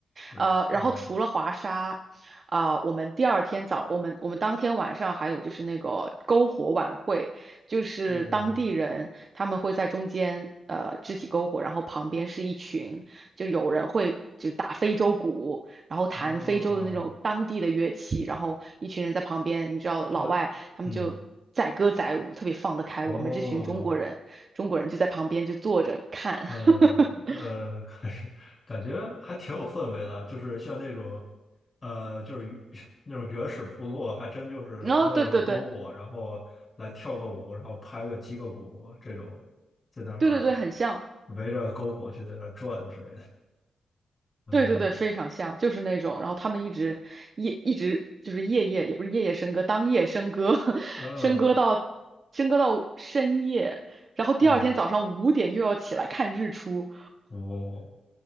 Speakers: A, on the left; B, on the right.
A: 是呃
B: 呃，然后除了华沙，啊、我们第二天早，我们我们当天晚上还有就是那个篝火晚会，就是当地人他们会在中间呃支起篝火，
A: 哦
B: 然后旁边是一群，就是有人会就是打非洲鼓，然后弹非洲的那种当地的乐器，
A: 哦
B: 然后一群人在旁边，你知道老外他们就。
A: 那嗯
B: 载歌载舞，特别放得开。
A: 哦。
B: 我们这群中国人，中国人就在旁边就坐着看。
A: 呃呃，
B: <laughs>
A: <laughs> 感感觉还挺有氛围的，就是像那种，呃，就是原 <laughs> 那种原始部落，还真就是弄了个篝火，
B: 然后对对对
A: 然后来跳个舞，然后拍个击个鼓这种，在那儿
B: 对对对，很像，
A: 围着篝火去在那儿转之类的。嗯
B: 对对对，非常像，就是那种。然后他们一直夜一直就是夜夜也不是夜夜笙歌，当夜笙歌，<laughs>
A: 嗯
B: 笙歌到笙歌到深夜，然后第二天早上五点又要起来看日出，
A: 嗯，我、